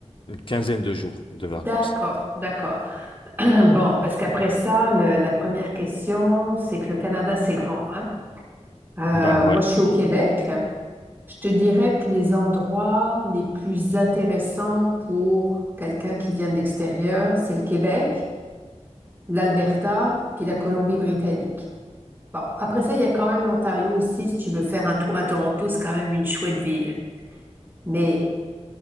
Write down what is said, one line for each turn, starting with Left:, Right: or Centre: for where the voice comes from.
Left: une quinzaine de jours de vacances.
Right: D'accord, d'accord. <clears throat> Bon, parce qu'après ça, le- la première question, c'est que le Canada, c'est grand, hein? Euh,
Left: Bah
Right: moi,
Left: ouais.
Right: je suis au Québec. Je te dirais que les endroits les plus intéressants pour quelqu'un qui vient de l'extérieur, c'est le Québec, l'Alberta, puis la Colombie-Britannique. Bon, après ça, il y a quand même l'Ontario aussi. Si tu veux faire un tour à Toronto, c'est quand même une chouette ville. Mais